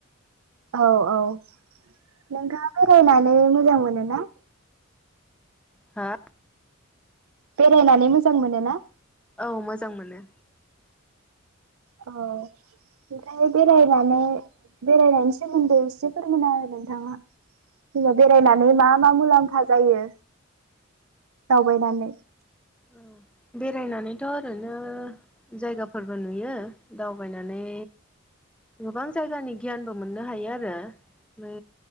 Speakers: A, on the right; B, in the centre.
A: औ औ नोंथाङा बेरायनानै मोजां मोनो ना
B: हा
A: बेरायनानै मोजां मोनो ना
B: औ मोजां मोनो
A: औ ओमफ्राय बेरायनानै बेरायनायनि सोमोन्दै एसे फोरमाना हो नोंथाङा जेनबा बेरायनानै मा मा मुलाम्फा जायो दावबायनानै
B: औ बेरायनानैथ' ओरैनो जायगाफोरबो नुयो दावबायनानै गोबां जायगानि गियानबो मोननो हायोआरो बे